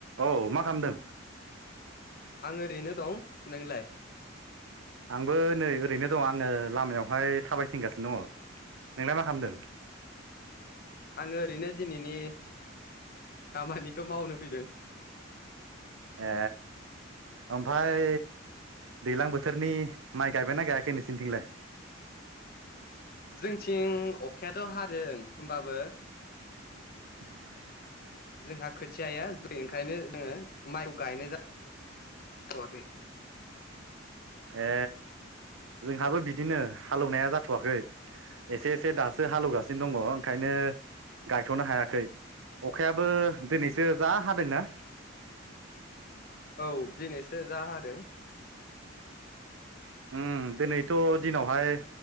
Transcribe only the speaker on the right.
औ मा खालामदों?
आंबो नै ओरैनो दं आङो लामायावहाय थाबायथिंगासिनो दङ। नोंलाय मा खालामदों?
ए। ओमफ्राय दैज्लां बोथोरनि माइ गायबाय ना गायाखै नोंसिनिथिंलाय?
<inaudible>
ए जोंहाबो बिदिनो हालेवनाया जाथ'वाखै। एसे एसे दासो हालेवगासिनो दङ ओंखायनो गायथ'नो हायाखै अखायाबो दिनैसो जा हादोंना।
ओम दिनैथ' दिनावहाय